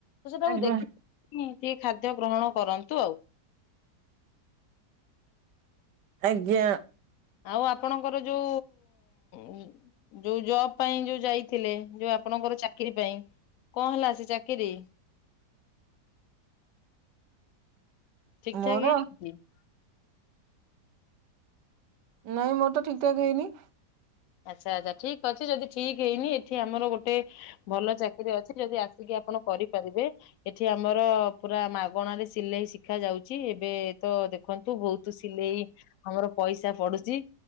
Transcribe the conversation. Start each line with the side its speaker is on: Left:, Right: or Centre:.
Left: ତ ସେଟାକୁ
Right: ଆଜ୍ଞା
Left: ଦେଖି <inaudible> ଟିକେ ଖାଦ୍ୟ ଗ୍ରହଣ କରନ୍ତୁ ଆଉ।
Right: ଆଜ୍ଞା।
Left: ଆଉ ଆପଣଙ୍କର ଯଉ ଉଁ ଯଉ ଜବ୍ ପାଇଁ ଯଉ ଯାଇଥିଲେ ଯଉ ଆପଣଙ୍କର ଚାକିରୀ ପାଇଁ କଣ୍ ହେଲା ସେ ଚାକିରିୀ? ଠିକ୍
Right: ମୋର
Left: ଠାକ୍ ହେଇ <unintelligible>
Right: ନାଇଁ ମୋର୍ ତ ଠିକ୍ ଠାକ୍ ହେଇନି।
Left: ଆଚ୍ଛା -ଆଚ୍ଛା ଠିକ୍ ଅଛି ଯଦି ଠିକ୍ ହେଇନି ଏଠି ଆମର ଗୋଟେ ଭଲ ଚାକିରି ଅଛି ଯଦି ଆସିକି ଆପଣ କରିପାରିବେ ଏଠି ଆମର ପୁରା ମାଗଣାରେ ସିଲେଇ ଶିଖା ଯାଉଚି ଏବେ ତ ଦେଖନ୍ତୁ ବହୁତୁ ସିଲେଇ ଆମର ପଇସା ପଡୁଚି